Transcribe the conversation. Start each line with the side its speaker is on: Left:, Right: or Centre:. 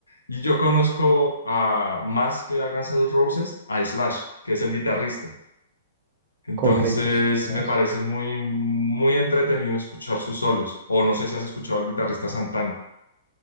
Left: Y yo conozco a más que a Guns N' Roses, a Slash, que es el guitarrista. Entonces
Right: Correcto, sí. Flash.
Left: me parece muy, muy entretenido escuchar sus solos. O no sé si has escuchado al guitarrista Santana.